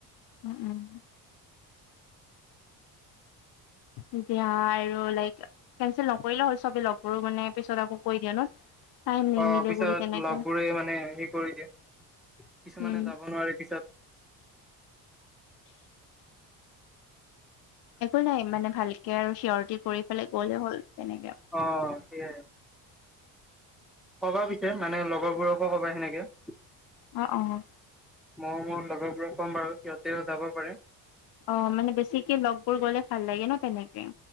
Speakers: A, on the left; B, in the centre.
A: উম, উম। এতিয়া আৰু লাইক কেনচেল নকৰিলেও হ'ল চবে লগবোৰ মানে পিছত আকৌ কৰি দিয়ে ন। টাইম নিমিলে
B: অ', পিছত
A: বুলি তেনেকে
B: লগ বোৰে মানে হে কৰি দিয়ে কিছুমানে
A: উম।
B: যাব নোৱাৰে পিছত।
A: একো নাই মানে ভালকে আৰু চিয়ৰিটি কৰি পেলাই গলে হ'ল তেনেকে।
B: অ', সেইয়াই। কবা পিছে মানে লগৰবোৰকো কবা সেনেকে।
A: অ', অ'।
B: মই মোৰ লগৰবোৰক কম বাৰু সিহঁতেও যাব পাৰে।
A: অ', মানে বেছিকে লগবোৰ গ'লে ভাল লাগে ন তেনেকে।